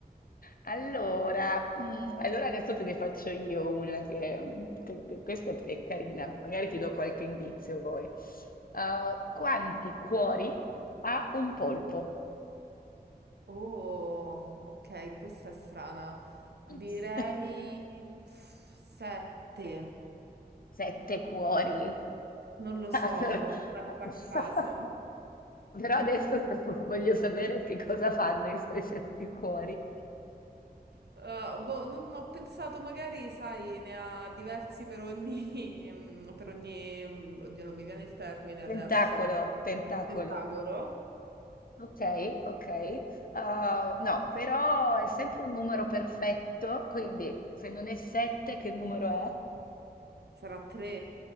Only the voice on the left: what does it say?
Allora, mm, allora adesso te ne faccio io una che, che- che- questa è, è carina, magari ti do qualche indizio poi. Uh, quanti cuori ha un polpo?
<laughs>
Sette cuori.
Allora,
<laughs>
però adesso <laughs> voglio sapere che cosa fanno i suoi sette cuori.
Tentacolo, tentacolo.
Ok, ok. Uh, no, però è sempre un numero perfetto, quindi se non è 7, che numero è?